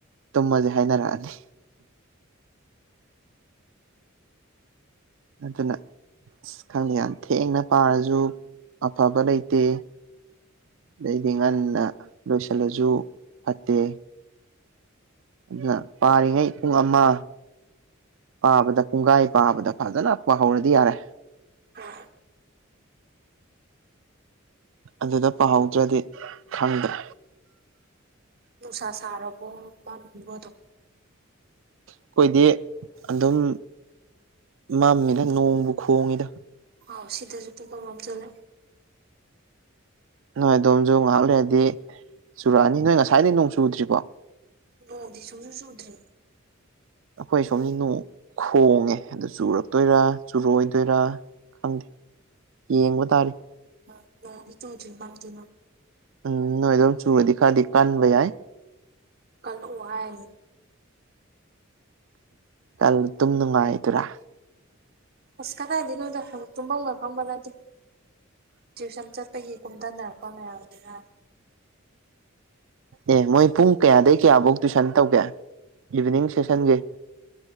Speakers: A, on the right; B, on the right.
A: ꯇꯨꯝꯃꯁꯦ ꯍꯥꯏꯅꯔꯛꯑꯅꯤ ꯅꯠꯇꯅ ꯑꯁ ꯈꯪꯗꯦ ꯌꯥꯝ ꯊꯦꯡꯅ ꯄꯥꯔꯁꯨ ꯑꯐꯕ ꯂꯩꯇꯦ ꯑꯗꯩꯗꯤ ꯉꯟꯅ ꯂꯣꯏꯁꯤꯜꯂꯁꯨ ꯐꯠꯇꯦ ꯑꯗꯨꯅ ꯄꯥꯔꯤꯉꯩ ꯄꯨꯡ ꯑꯃ ꯄꯥꯕꯗ ꯀꯨꯡꯒꯥꯏ ꯄꯥꯕꯗ ꯐꯖꯅ ꯄꯥꯍꯧꯔꯗꯤ ꯌꯥꯔꯦ
B: ꯍ
A: ꯑꯗꯨꯗ ꯄꯥꯍꯧꯗ꯭ꯔꯗꯤ ꯈꯪꯗ꯭ꯔꯦ
B: ꯅꯨꯡꯁꯥ ꯁꯥꯔꯔꯕꯣ ꯃꯥꯕꯗ
A: ꯑꯩꯈꯣꯏꯗꯤ ꯑꯗꯨꯝ ꯃꯝꯃꯤꯅ ꯅꯣꯡꯕꯨ ꯈꯣꯡꯉꯤꯗ
B: ꯍꯥꯎ ꯁꯤꯗꯁꯨ ꯇ ꯀꯃꯞ ꯆꯂ
A: ꯅꯣꯏ ꯑꯗꯣꯝꯁꯨ ꯉꯥꯏꯍꯥꯛ ꯂꯩꯔꯗꯤ ꯆꯨꯔꯛꯑꯅꯤ ꯅꯣꯏ ꯉꯁꯥꯏꯗꯒꯤꯩ ꯅꯣꯡ ꯆꯨꯗ꯭ꯔꯤꯀꯣ
B: ꯅꯣꯡꯗꯤ ꯁꯨꯁꯨ ꯁꯨꯗ꯭ꯔꯤ
A: ꯑꯩꯈꯣꯏ ꯁꯣꯝꯁꯤꯅꯣꯡ ꯈꯣꯡꯉꯦ ꯑꯗꯨ ꯆꯨꯔꯛꯇꯣꯏꯔ ꯆꯨꯔꯏꯗꯣꯏꯔ ꯈꯪꯗꯦ ꯌꯦꯡꯕ ꯇꯥꯔꯦ
B: ꯍ ꯆꯣ ꯊ ꯃ ꯊ
A: ꯎꯝ ꯅꯣꯏ ꯑꯗꯨꯝ ꯆꯨꯔꯗꯤ ꯈꯔꯗꯤ ꯀꯟꯕ ꯌꯥꯏ
B: ꯀꯂꯨ ꯍꯥꯏ
A: ꯜꯂ ꯑꯗꯨꯝ ꯅꯨꯡꯉꯥꯏꯗꯔꯥ
B: ꯍꯁ ꯀꯥꯥꯏꯗꯦ ꯅꯣꯗ ꯇꯨꯝ ꯎ ꯀꯝꯕꯕꯗꯥꯏꯗꯤ ꯇ꯭ꯋꯨꯁꯟ ꯆꯠꯄ ꯍꯤ ꯀꯨꯝꯊꯅꯔꯛꯄ ꯃꯌꯥꯝꯗꯨꯅ
A: ꯑꯦ ꯃꯣꯏ ꯄꯨꯡ ꯀꯌꯥꯗꯒꯤꯩ ꯀꯌꯥꯐꯧ ꯇꯨꯏꯁꯟ ꯇꯧꯒꯦ ꯏꯚꯤꯅꯤꯡ ꯁꯦꯁꯟꯒꯤ